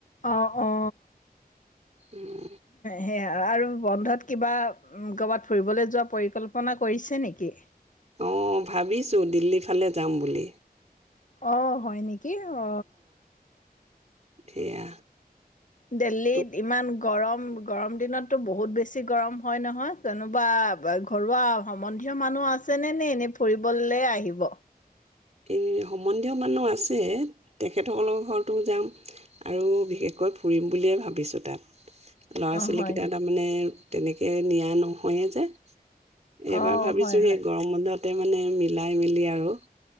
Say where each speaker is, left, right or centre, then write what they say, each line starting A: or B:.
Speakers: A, on the left; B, on the right.
A: অ অ
B: উম।
A: সেয়া আৰু বন্ধত কিবা উম কৰবাত ফুৰিবলৈ যোৱা পৰিকল্পনা কৰিছে নেকি
B: অ ভাবিছো দিল্লী ফালে যাম বুলি
A: অ হয় নেকি কি অ
B: সেয়া।
A: ডেলহীত
B: তো
A: ইমান গৰম। গৰম দিনত টো বহুত বেছি গৰম হয় নহয় কোনোবা ঘৰুৱা সম্বন্ধীয় মানুহ আছেনে নে এনেই ফুৰিবলে আহিব
B: এই সম্বন্ধীয় মানুহ আছে তেখেতসকলৰ ঘৰতো যাম আৰু বিশেষকৈ ফুৰিম বুলিয়ে ভাবিছো তাত ল'ৰা
A: অ',
B: ছোৱালীকেইটা
A: হয়
B: তাৰমানে তেনেকে নিয়া নহয়ে যে। এইবাৰ
A: অ',
B: ভাবিছো
A: হয় হয়
B: সেই গৰম বন্ধত তাতে মানে মিলাই মেলি আৰু